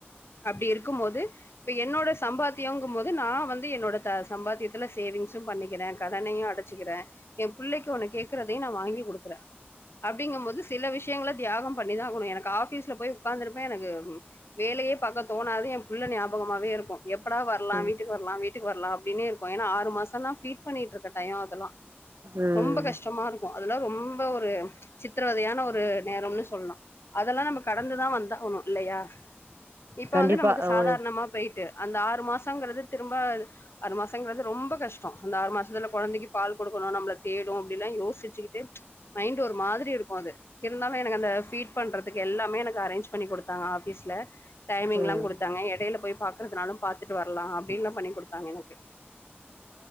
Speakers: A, on the left; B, on the right.
A: அப்டி இருக்கும் போது இப்ப என்னோட சம்பாத்தியங்கும் போது நா வந்து என்னோட த சம்பாத்தியத்துல சேவிங்ஸும் பண்ணிக்கறேன் கடனையும் அ டச்சுக்கறேன் என் பிள்ளைக்கு ஒன்னு கேக்கறதையும் நா வாங்கி குடுக்கறேன் அப்டிங்கும் போது சில விஷயங்கள தியாகம் பண்ணிதா ஆகணும் எனக்கு ஆபீஸ்ல போய் உக்காந்துருப்பேன் எனக்கு ம் வேல யே பாக்க தோணாது என் புள்ள ஞாபகமாவே இருக்கும் எப்படா வரலாம்
B: ம்
A: வீட்டுக்கு வரலாம் வீட்டுக்கு வரலாம் அப்டின்னே இருக்கும் ஏன்னா ஆறு மாசன்தா ஃபீட் பண்ணிட்டுருக்க டயம் அதெல்லாம்
B: ம்
A: ரொம்ப கஷ்டமா இருக்கும் அதெல்லாம் ரொம்ப ஒரு சித்திரவதையான ஒரு நேரம்னு சொல்லாம் அதெல்லாம் நம்ப கடந்துதா வந்த ஆவணும் இல்லயா இப்ப
B: கண்டிப்பா
A: வந்து நமக்கு
B: அவங்க
A: சாதாரணமா போயிட்டு அந்த ஆறு மாசம்ங்கறது திரும்ப ஆறு மாசங்கறது ரொம்ப கஷ்டம் அந்த ஆறு மாசத்துல கொழந்தைக்கு பால் குடு க்கணும் நம்மள தேடும் அப்டில்லாம் யோசிச்சுக்கிட்டு மைண்ட் ஒரு மாதிரி இருக்கும் அது இருந்தாலும் எனக்கு அந்த பீட் பண்றதுக்கு எல்லாமே எனக்கு அரேஞ்ச் பண்ணி குடுத்தாங்க ஆபீஸ்ல டைமிங்லாம்
B: ம்
A: குடுத்தாங்க எடைல போய் பாக்கறதுனாலும் பாத்துட்டு வரலாம் அப்டின்லாம் பண்ணி குடுத்தாங்க எனக்கு